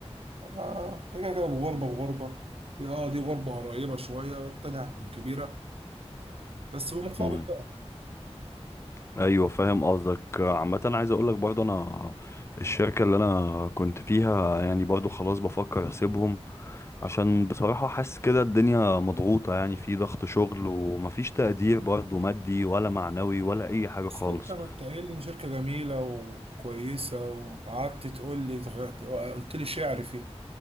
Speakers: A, on the right (about 60°); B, on the left (about 25°).
A: انا كده كده بغربه بغربه اه دي غربه قريبه شويه التانيه هتكون كبيره بس مم. بمقابل
B: مم. أيوة فاهم قصدك عامة عايز أقولك برضو أنا الشركة اللي أنا كنت فيها يعني برضو خلاص بفكر أسيبهم عشان بصراحة حاسس كده الدنيا مضغوطة يعني في ضغط شغل ومفيش تقدير برضه مادي ولا معنوي ولا أي حاجة
A: بس
B: خالص
A: انت كنت قايل لي ان شركة جميلة وكويسة وقعدت تقول لي تغ- قلت لي شعر فيه